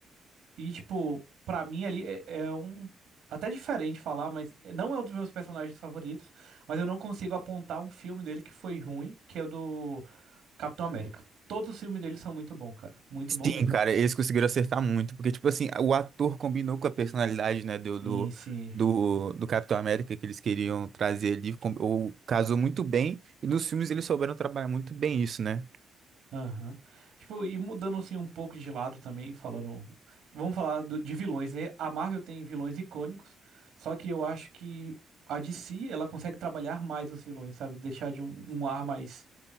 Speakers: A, on the right; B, on the right.
A: E, tipo, pra mim ali é, é um. Até diferente falar, mas não é um dos meus personagens favoritos. Mas eu não consigo apontar um filme dele que foi ruim, que é o do. Capitão América. Todos os filmes dele são muito bons, cara. Muito
B: Sim,
A: bom mesmo.
B: cara, eles conseguiram acertar muito, porque, tipo assim, o ator combinou com a personalidade, né, do,
A: Sim,
B: do,
A: sim.
B: do, do Capitão América que eles queriam trazer ali, com- ou casou muito bem, e nos filmes eles souberam trabalhar muito bem isso, né?
A: Aham. Tipo, e mudando assim um pouco de lado também, falando. Vamos falar do- de vilões, né? A Marvel tem vilões icônicos, só que eu acho que a DC, ela consegue trabalhar mais os vilões, sabe? Deixar de um, um ar mais.